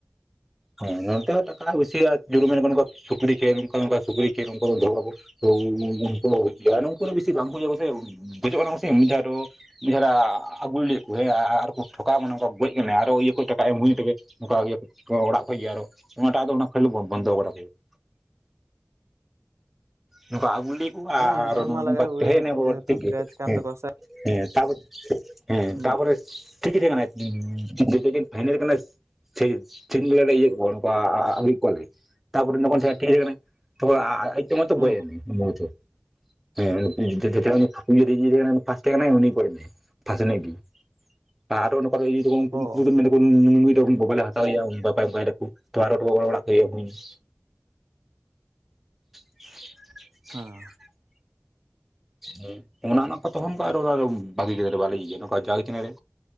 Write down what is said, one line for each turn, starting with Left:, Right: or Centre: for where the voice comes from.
Centre: ᱦᱮᱸ ᱱᱚᱛᱮ ᱦᱚᱸ ᱴᱟᱠᱟ ᱵᱤᱥᱤ ᱟᱨ ᱡᱩᱫᱩ ᱢᱮᱱ ᱢᱮ ᱱᱚᱠᱟ ᱥᱩᱠᱨᱤ ᱪᱮ ᱚᱱᱠᱟ ᱱᱚᱠᱟ ᱥᱩᱠᱨᱤ ᱪᱮ ᱱᱚᱝᱠᱟ ᱱᱚᱝᱠᱟ ᱥᱩᱠᱨᱤ ᱪᱮ ᱫᱚᱦᱚᱣᱟ ᱵᱚ ᱾ ᱛᱳ ᱩ ᱩᱱᱩᱠᱩ ᱫᱚ ᱵᱤᱥᱤ ᱟᱨ ᱱᱩᱝᱠᱩ ᱫᱚ ᱵᱮᱥᱤ ᱵᱟᱝ ‌ᱠᱚ ᱤᱭᱟᱹ ᱠᱚᱛᱮ ᱜᱚᱡᱚᱜ ᱠᱟᱱᱟ ᱠᱚ ᱥᱤᱢ ᱫᱷᱟᱣ ᱫᱚ ᱢᱤᱫ ᱫᱷᱟᱣ ᱞᱮ ᱟ ᱟᱜᱩ ᱞᱮᱜ ᱠᱚ ᱦᱮᱸ ᱟᱻᱟᱨ ᱠᱚ ᱴᱷᱚᱠᱟᱣ ᱵᱚᱱᱟ ᱚᱱᱠᱟ ᱜᱚᱡ ᱠᱟᱱᱟ ᱟᱨᱚ ᱤᱭᱟᱹ ᱠᱚ ᱴᱟᱠᱟ ᱮᱢ ᱦᱩᱭᱩᱜ ᱛᱟᱠᱳ ᱾ ᱱᱚᱠᱟ ᱤᱭᱟᱹ ᱠᱩᱡ ᱚᱲᱟᱜ ᱠᱷᱚᱡ ᱜᱮ ᱟᱨᱚ ᱚᱱᱟ ᱴᱟᱜ ᱫᱚ ᱚᱱᱟ ᱠᱷᱮᱞ ᱫᱚ ᱵᱚᱱᱫᱚ ᱵᱟᱲᱟ ᱠᱮᱫᱟ ᱾ ᱱᱚᱝᱠᱟ ᱟᱜᱩ ᱞᱤ ᱠᱩᱣᱟ
Right: ᱦᱮᱸ
Centre: ᱟᱨᱚ
Right: ᱮᱢ
Centre: ᱱᱚ
Right: ᱢᱟ
Centre: ᱱᱚᱝᱠᱟ
Right: ᱞᱟᱜᱟᱣ ᱠᱚᱜᱮᱭᱟ
Centre: ᱛᱮᱦᱮᱱᱮ ᱦᱚᱲ
Right: ᱡᱮᱦᱮᱛᱩ
Centre: ᱴᱷᱤᱠ ᱜᱮ
Right: ᱯᱨᱟᱭᱤᱡᱽ ᱠᱟᱱ
Centre: ᱦᱮᱸ
Right: ᱛᱟᱠᱚᱣᱟ ᱥᱮ
Centre: ᱦᱮᱸ ᱛᱟᱯᱚᱨ ᱦᱮᱸ
Right: ᱦᱩᱸ
Centre: ᱛᱟᱯᱚᱨᱮ ᱴᱷᱤᱠ ᱜᱮ ᱛᱮᱦᱮᱸ ᱠᱟᱱᱟ ᱡᱮ ᱫᱤᱱ ᱯᱷᱟᱭᱱᱮᱞ ᱠᱟᱱᱟ ᱪᱷᱮ ᱪᱷᱮ ᱫᱤᱱ ᱜᱮᱞᱮ ᱤᱭᱟᱹᱮᱫ ᱠᱚᱣᱟ ᱱᱚᱠᱟ ᱟᱼᱟᱹᱜᱩᱭᱮᱜ ᱠᱚᱣᱟ ᱞᱮ ᱾ ᱛᱟᱯᱚᱨᱮ ᱱᱚᱠᱟᱱ <unintelligible> ᱛᱟᱯᱚᱨ ᱟᱭᱩᱵ ᱛᱮᱢᱚᱱ ᱛᱚ ᱜᱚᱡ
Right: ᱦᱩᱸ
Centre: ᱮᱱᱟᱭ ᱚᱱᱟ <unintelligible> ᱦᱮᱸ <unintelligible> <unintelligible> ᱤᱭᱟᱹ ᱛᱟᱦᱮᱱ ᱠᱟᱱᱟᱭ ᱯᱷᱟᱥᱴ ᱛᱟᱦᱮᱸ ᱠᱟᱱᱟᱭ ᱩᱱᱤ ᱜᱚᱡ ᱱᱟᱭ ᱯᱷᱟᱥ ᱮᱮᱱᱮᱡ ᱜᱤ ᱾ ᱟᱨᱚ ᱱᱚᱝᱠ‌ᱟ ᱫᱚ ᱤᱭᱟᱹᱭ‌ ᱫᱟᱹᱠᱩ ᱩᱱᱠᱩ
Right: ᱚ
Centre: ᱢᱮᱱ ᱫᱟᱹᱠᱩ ᱱᱩ ᱱᱩᱭ ᱫᱚ ᱵᱟ ᱵᱟᱞᱮ ᱦᱟ ᱦᱟᱛᱟᱣᱮᱭᱟ <unintelligible> ᱚᱱᱠᱟᱭ ᱫᱟᱠᱚ ᱛᱚ ᱟᱨᱚ ᱰᱚ ᱚᱻᱚᱲᱟᱜ ᱠᱷᱚᱡ ᱤᱭᱟᱹ ᱮᱢ ᱦᱩᱭᱮᱱᱟ ᱾ <inaudible>
Right: ᱦᱮᱸ ᱾
Centre: <unintelligible> ᱦᱮᱸ ᱚᱱᱟ ᱚᱱᱟ ᱠᱚ ᱛᱚᱠᱷᱚᱱ ᱠᱚ ᱟᱨᱚ ᱚᱱᱟ ᱫᱚ ᱵᱟᱜᱤ ᱠᱤᱫᱟ ᱞᱮ ᱵᱟᱞᱮ ᱤᱭᱟᱹ ᱱᱚᱝᱠᱟ <unintelligible> ᱨᱮ